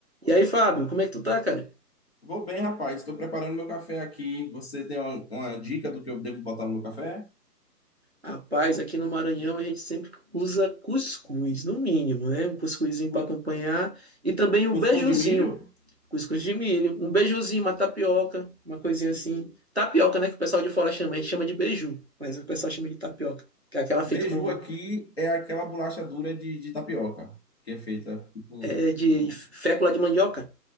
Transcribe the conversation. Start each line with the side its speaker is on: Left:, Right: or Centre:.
Right: E aí, Fábio, como é que tu tá, cara?
Left: Vou bem, rapaz. Estou preparando meu café aqui. Você tem uma, uma dica do que eu devo botar no meu café?
Right: Rapaz, aqui no Maranhão a gente sempre usa cuscuz, no mínimo, né? Um cuscuzinho
Left: Cu-
Right: para acompanhar e também um
Left: Cuscuz
Right: beijuzinho,
Left: de milho?
Right: cuscuz de milho, um beijuzinho, uma tapioca, uma coisinha assim. Tapioca, né? Que o pessoal de fora chama, a gente chama de beiju, mas o pessoal chama de tapioca, que é aquela feita
Left: Beiju
Right: com
Left: aqui é aquela bolacha dura de, de tapioca, que é feita tipo com...
Right: é, de
Left: com-
Right: fécula de mandioca.